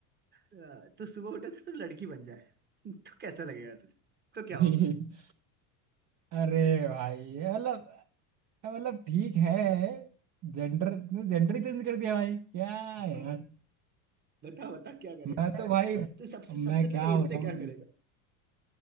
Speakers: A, on the right (about 25°); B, on the right (about 40°).
A: अ, तू सुबह उठे तो तू लड़की बन जाए <laughs> तो कैसा लगेगा तुझे तो क्या होगा
B: <laughs> अरे भाई ये मतलब मतलब ठीक है जेंडर जेंडर ही चेंज कर दिया भाई क्या
A: हाँ,
B: यार
A: बता बता क्या करेगा
B: मैं तो भाई
A: तो सबसे सबसे
B: मैं क्या
A: पहले उठते
B: बताऊं
A: क्या
B: तुमको?
A: करेगा